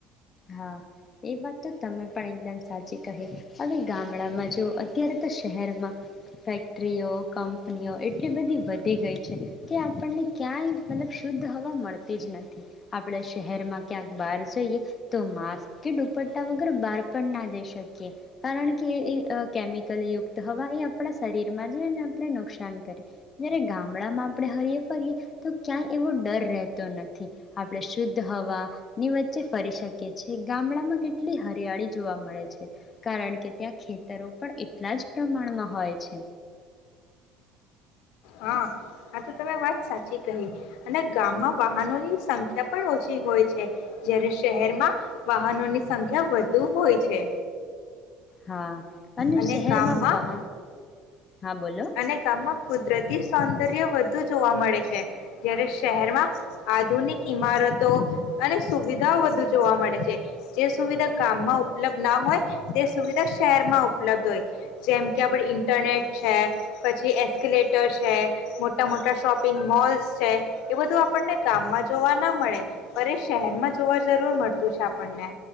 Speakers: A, on the left; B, on the left.
A: હા એ વાત તો તમે પણ એકદમ સાચી કહી હવે ગામડામાં જો અત્યારે તો શ શહેરમાં ફેક્ટ્રીઓ કંપનીઓ એટલી બધી વધી ગઈ છે કે આપણને ક્યાંય મતલબ શુદ્ધ હવા મળતી જ નથી આપણે શહેરમાં ક્યાંક બહાર જઈએ તો માસ્ક કે દુપટ્ટા વગર બહાર પણ ના જઈ શકીએ કારણ કે એ-એ અ કેમિકલયુક્ત હવા એ આપણા શરીરમાં જાય ને આપણે નુકસાન કરે જયારે ગામડામાં આપણે હરીયે ફરીએ તો ક્યાંય એવો ડર રહેતો નથી આપણે શુદ્ધ હવાની વચ્ચે ફરી શકીએ. છે ગામડામાં કેટલી હરિયાળી જોવા મળે છે કારણ કે ત્યાં ખેતરો પણ એટલા જ પ્રમાણમાં હોય છે.
B: હા આ તો તમે વાત સાચી કહી અને ગામમાં વાહનોની સંખ્યા પણ ઓછી હોય છે જયારે શહેરમાં વાહનોની સંખ્યા વધુ હોય છે.
A: હા
B: અને
A: શહેરમાં
B: ગામમાં
A: વાહન હા બોલો
B: અને ગામમાં કુદરતી સૌંદર્ય વધુ વધુ જોવા મળે છે જ્યારે શહેરમાં આધુનિક ઈમારતો અને સુવિધાઓ વધુ જોવા મળે છે જે સુવિધા ગામમાં ઉપલબ્ધ ના હોય તે સુવિધા શહેરમાં ઉપલબ્ધ હોય જેમ કે આપડ ઇન્ટરનેટ છે પછી એસ્કલેટર છે મોટા મોટા શોપિંગ મોલ્સ છે એ બધું આપણને ગામમાં જોવા ના મળે અ એ શહેરમાં જોવા જરૂર મળતું છે આપણને